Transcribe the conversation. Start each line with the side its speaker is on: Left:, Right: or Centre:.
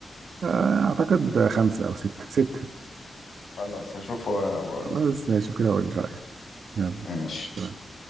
Right: آه، اعتقد خمسه او سته سته
Left: خلاص هشوفه واقول
Right: خلاص
Left: لك.
Right: ماشي، شوف كده اقول رايك يلا
Left: ماشي